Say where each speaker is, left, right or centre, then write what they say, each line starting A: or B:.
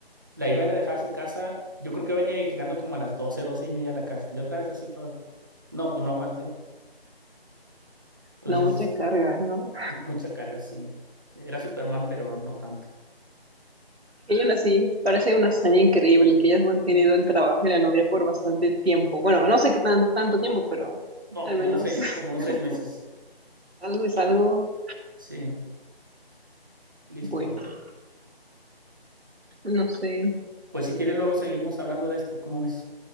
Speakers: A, on the right (about 20°); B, on the right (about 80°).
A: La iba y la dejaba a su casa. Yo creo que venía llegando como a las 12 12 y media a la casa. Y otra vez así todo. No, pues no aguanté. Entonces
B: no mucha carga, ¿no?
A: Mucha carga, sí. Era Superman, pero no tanto.
B: Ella aún así parece una hazaña increíble que hayas mantenido el trabajo y la novia por bastante tiempo. Bueno, no sé qué tan, tanto tiempo, pero
A: No,
B: al
A: como
B: menos
A: unos seis, como unos
B: <laughs>
A: seis meses.
B: algo es algo
A: Sí, listo.
B: bueno. No sé.
A: Pues si quieres, luego seguimos hablando de esto. ¿Cómo es?